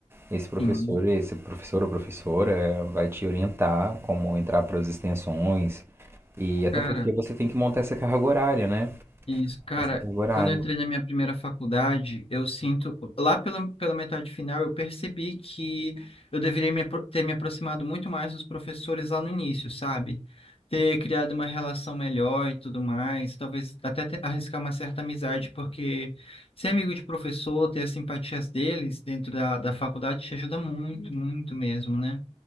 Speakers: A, on the right; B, on the left.
A: esse professor,
B: Sim.
A: esse professor ou professora é, vai te orientar como entrar para as extensões e até
B: Cara.
A: porque você tem que montar essa carga horária, né?
B: Isso, cara,
A: Essa carga horária.
B: quando eu entrei na minha primeira faculdade, eu sinto, lá pela, pela metade final, eu percebi que eu deveria me apro- ter me aproximado muito mais dos professores lá no início, sabe? Ter criado uma relação melhor e tudo mais, talvez até te- arriscar uma certa amizade, porque ser amigo de professor, ter as simpatias deles dentro da, da faculdade te ajuda muito, muito mesmo, né?